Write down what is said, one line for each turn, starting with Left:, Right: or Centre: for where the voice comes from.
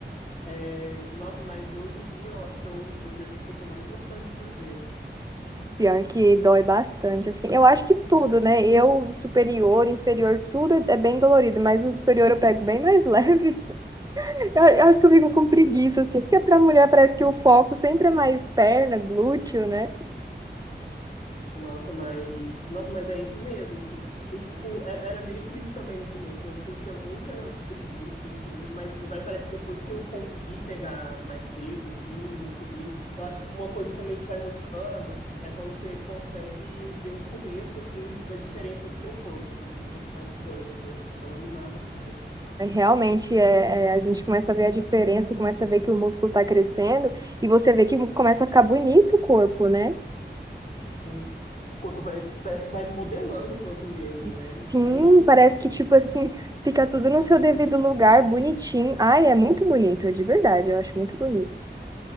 Left: É, nossa, mas hoje em dia eu acho que é o, o exercício que eu tô mais gostando de fazer.
Right: Pior que dói bastante, assim. Eu acho que tudo, né? Eu, superior, inferior, tudo é é bem dolorido, mas o superior eu pego bem mais <laughs> leve. Eu, eu acho que eu fico com preguiça, assim, porque pra mulher parece que o foco sempre é mais perna, glúteo, né?
Left: Nossa, mas, nossa, mas é isso mesmo, assim. E, tipo, era, era meio que isso também no começo. Eu sentia muita preguiça, assim, mas vai parece que depois que eu consegui pegar mais peso, assim, me subindo. Eu acho que uma coisa também que vai motivando é quando você consegue ver o começo, assim, da diferença do seu corpo, assim, quando o corpo vai mudando, assim, eu acho que dá uma animada a mais. assim.
Right: É, Realmente, é, é, a gente começa a ver a diferença, começa a ver que o músculo está crescendo e você vê que começa a ficar bonito o corpo, né?
Left: O corpo vai, parece que vai modelando o corpo mesmo, né?
Right: Sim,
Left: Nem é um,
Right: parece que, tipo assim, fica tudo no seu devido lugar, bonitinho. Ai, é muito bonito, de verdade, eu acho muito bonito.